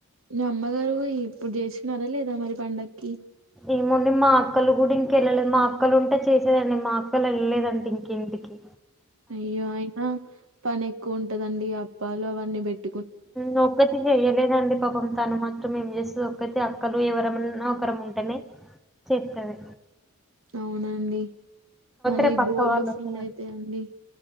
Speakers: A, on the right (about 60°); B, in the centre.
A: న అమ్మగారు ఇప్పుడు చేసినారా లేదా మరి పండగకి
B: ఈముండి మా అక్కలు కూడా ఇంకెళ్ళలేదు మా అక్కలు ఉంటే చేసేదండి మా అక్కలు వెళ్ళలేదంటే ఇంక ఇంటికి
A: అయ్యో అయినా పని ఎక్కువ ఉంటదండి అప్పాాలు అవన్నీ పెట్టి
B: నొకటి చెయ్యలేదండి పాపం తాను మాత్రం ఏం చేస్త ఒకైతే అక్కలు ఎవరన్నా ఒకరం ఉంటేనే చేస్తంది
A: అవున్ అండి మళ్ళీ
B: రేపు
A: బోలు
B: అక్క వాళ్ళు
A: ఫుల్
B: వస్తారండి
A: అయితా అండి